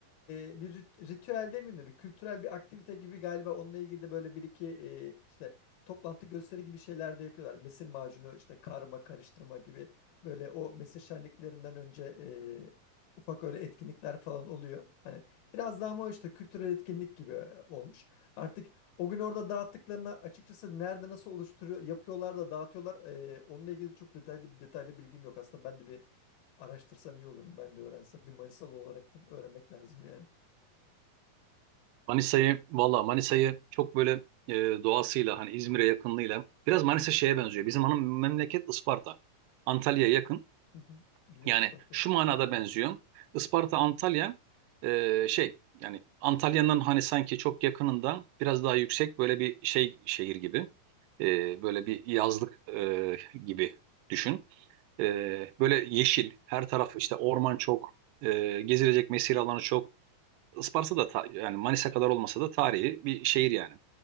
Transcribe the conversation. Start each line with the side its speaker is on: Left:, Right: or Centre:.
Left: e, bir rit- ritüel demeyeyim de bir kültürel bir aktivite gibi galiba onunla ilgili de böyle bir iki e, işte toplantı gösteri gibi şeyler de yapıyorlar. Mesir macunu işte karma karıştırma gibi böyle o mesir şenliklerinden önce e, ufak öyle etkinlikler falan oluyor. Hani biraz daha ama o işte kültürel etkinlik gibi olmuş. Artık o gün orada dağıttıklarını açıkçası nerede nasıl oluşturuyor yapıyorlar da dağıtıyorlar. Ee, onunla ilgili çok detaylı detaylı bilgim yok. Aslında ben de bir araştırsam iyi olurum. Ben de öğrensem bir Manisalı olaraktan öğrenmek lazım yani.
Right: Manisa'yı valla Manisa'yı çok böyle e, doğasıyla hani İzmir'e yakınlığıyla biraz Manisa şeye benziyor. Bizim hanım memleket Isparta. Antalya'ya yakın.
Left: Hı hı. Biliyorum
Right: Yani
Left: Isparta'yı.
Right: şu manada benziyor. Isparta Antalya e, şey yani Antalya'nın hani sanki çok yakınından biraz daha yüksek böyle bir şey şehir gibi. E, böyle bir yazlık e, gibi düşün. E, böyle yeşil her taraf işte orman çok e, gezilecek mesire alanı çok. Isparta da ta- yani Manisa kadar olmasa da tarihi bir şehir yani.